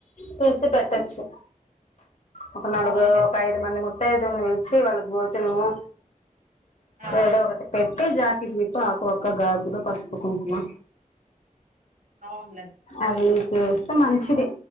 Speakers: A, on the left (about 55°); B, on the right (about 70°).
A: తీసి పెట్టోచ్చు ఒక నాలుగు
B: అవునులే
A: ఒక ఐదు మంది ము త్త దోన్ని నిలిచి వాళ్ళకి భోజనము
B: ఆ
A: ఏదో ఒకటి పెట్టి జా విప్ప ఆకువక్క గాజులు పసుపు కుంకుమ
B: అవునులే
A: అది చేస్తే మంచిది